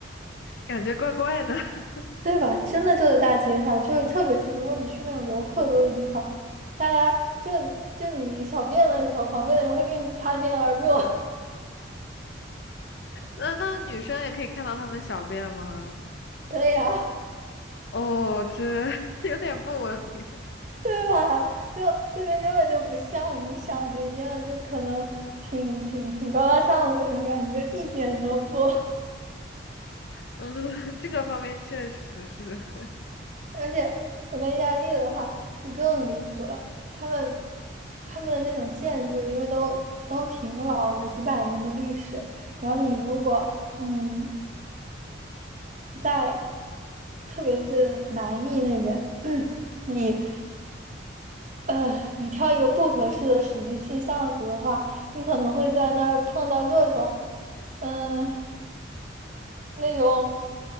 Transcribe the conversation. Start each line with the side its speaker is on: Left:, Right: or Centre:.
Left: 感觉怪怪的。<laughs>
Right: 对吧？真的就在大街上，就是特别是如果你去那种游客多的地方，大家就就你小便的时候，旁边的人会跟你擦肩而过，
Left: 那那女生也可以看到他们小便吗？
Right: <laughs> 对呀，
Left: 哦，这 <laughs> 有点不文明。
Right: 对吧？就这边根本就不像你想的一样，就可能挺挺挺高大上的那种感觉，一点都不。
Left: 嗯，这个方面确实是
Right: 而且我在意大利的话就更离谱了，他们他们的那种建筑，因为都都挺老的，几百年的历史。然后你如果嗯在，特别是南意那边，<clears throat> 你呃你挑一个不合适的时机进巷子的话，你可能会在那儿碰到各种嗯、那种